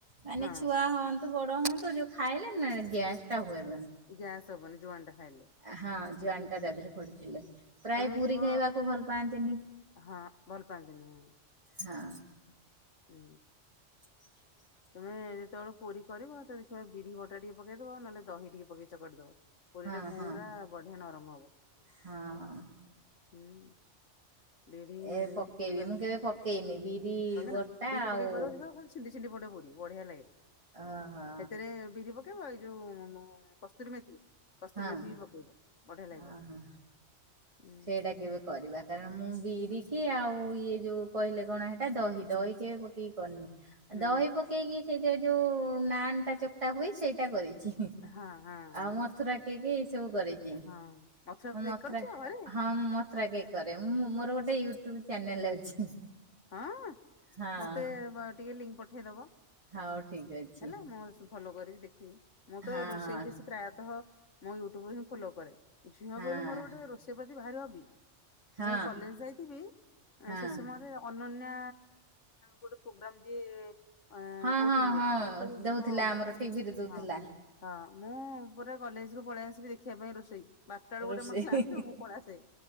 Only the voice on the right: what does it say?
ମାନେ
ଛୁଆ ହନ୍ ବଡ଼ ହୁଅ ତୁ ଯୋଉ ଖାଇଲେ ନା ଗ୍ୟାସ ଟା ହୁଏ।
ହଁ ଜୁଆନୀଟା
ଟା ଦାଦିରେ ପଡ଼ିଥିଲେ ପ୍ରାୟ
ପୁରୀ
ଖାଇବାକୁ ଭଲ ପାଆନ୍ତି ନି।
ହଁ।
<inaudible>
ହଁ
ହଁ
ହଁ।
ଏ ପକେଇବି
ମୁଁ କେବେ ପକେଇନି ବିରି ବଟା
ଆଉ
ଓହୋ
ହଁ
ଓହୋ।
ସେଇଟା କେବେ କରିବା। କାରଣ ମୁଁ ବିରିକି ଆଉ ଇଏ ଯୋଉ କହିଲେ କଣ ହେଟା ଦହି ଦହି କେବେ ପକେଇକି କରିନି।
ଦହି ପକେଇକି ସେଇଟା ଯୋଉ ନାନ୍ ଟା ଚକ୍ଟା ହୁଏ ସେଇଟା କରିଛି।
ଆଉ ମଥୁରା କେକ ଏଇ ସବୁ କରିଛି,
ହଉ
ମଥୁରା
ହଁ ମୁଁ ମଥୁରା କେକ୍ କରେ, ମୁଁ ମୋର ଗୋଟେ ୟୁଟ୍ୟୁବ ଚ୍ୟାନେଲ ଅଛି।
ହଁ
ହଉ ଠିକ ଅଛି
ହଁ
ହଁ
ହଁ।
ହଁ
ହଁ
ହଁ
ହଁ
ଦଉଥିଲା ଆମର ଟିଭିରେ ଦଉଥିଲା
ରୋଷେଇ